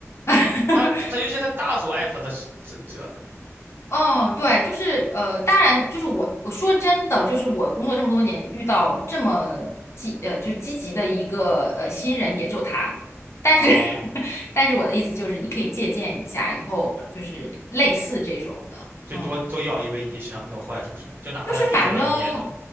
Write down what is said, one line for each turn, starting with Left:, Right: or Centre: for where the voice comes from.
Left: <laughs>
Right: 他他尤其是他大组艾特的是这这
Left: 嗯，对，就是呃，当然，就是我我说真的，就是我工作这么多年，遇到这么积呃，就是积极的一个呃新人，也就他。但是，
Right: 哦，
Left: <laughs> 但是我的意思就是，你可以借鉴一下，以后就是类似这种的，
Right: 就多多要一
Left: 嗯，
Right: v 一实际上没有坏处是吗？就哪怕他拒绝了，
Left: 就是反正
Right: 你也能